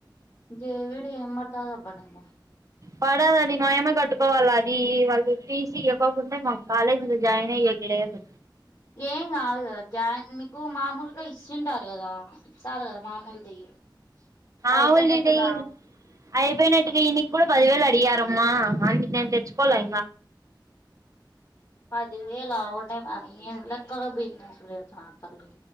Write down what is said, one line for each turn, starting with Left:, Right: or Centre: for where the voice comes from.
Left: జేవిడి <unintelligible>
Right: పడాలి అది మాయమే కట్టుకోవాలి అది వాళ్ళు ఫీసీ ఇవ్వకోకుండా మా కాలేజీ మీద జాయిన్ అయ్య లేదు
Left: ఏం కాదు కదా జాయిన్ మీకు మామూలుగా ఇస్తుింటారు కదా ఇస్తారు కదా మామూలుది అయిపోయినట్టుగా
Right: ఆవులది అయిపోయినాటుగా ఇంటి కూడా పదివేలు అడిగారమ్మ <unintelligible> నేను తెచుకోలే
Left: పదివేలావట పనిలక్ దోబిందితల్లి